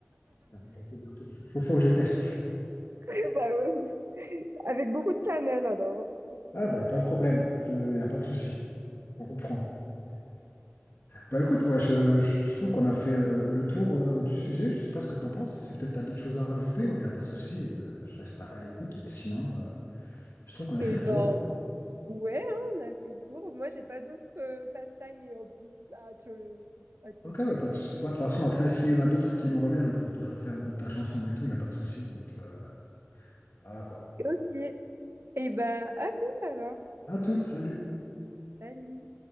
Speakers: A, on the left; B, on the right.
A: Bientôt, bientôt. Faut, faut faut que je teste.
B: <laughs> Bah, euh, avec beaucoup de cannelle alors. Faut,
A: Ah,
B: faut aimer
A: ben, pas
B: la
A: de problème. Je, y a pas de souci. On, on prend. Bah, écoute, moi, je, je- je trouve qu'on a fait euh, le tour euh, du sujet. Je sais pas ce que t'en penses. Si peut-être t'as d'autres choses à rajouter, il n'y a pas de souci. euh, je reste à, à l'écoute. Mais sinon, euh, je trouve qu'on a
B: Eh
A: fait le
B: ben,
A: tour.
B: ouais, hein, on a fait le tour. Moi, j'ai pas d'autres euh, pastimes et hobbies à te, à te
A: Ok,
B: donner.
A: ouais, pas de souci.
B: là.
A: Bah, de toute façon, après, s'il y en a d'autres qui nous reviennent, on peut toujours faire d'autres tâches ensemble et tout. Il n'y a pas de souci. Donc, euh, voilà, quoi.
B: Ok. Eh ben, à tout alors.
A: À toutes, salut.
B: Salut.